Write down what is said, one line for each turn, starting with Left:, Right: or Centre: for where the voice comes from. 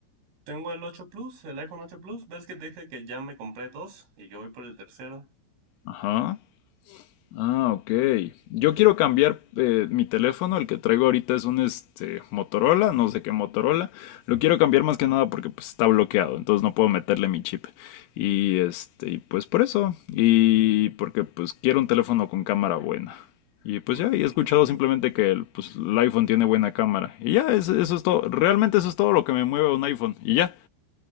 Right: Tengo el 8 Plus, el iPhone 8 Plus, ¿ves que te dije que ya me compré dos y que voy por el tercero?
Left: Ajá. Ah, ok. Yo quiero cambiar eh, mi teléfono, el que traigo ahorita es un este, Motorola, no sé qué Motorola. Lo quiero cambiar más que nada porque pues, está bloqueado, entonces no puedo meterle mi chip. Y este, y, pues por eso. Y porque pues quiero un teléfono con cámara buena. Y pues
Right: <laughs>
Left: ya, y he escuchado simplemente que el, pues, el iPhone tiene buena cámara. Y ya, es- eso es todo. Realmente eso es todo lo que me mueve a un iPhone. Y ya.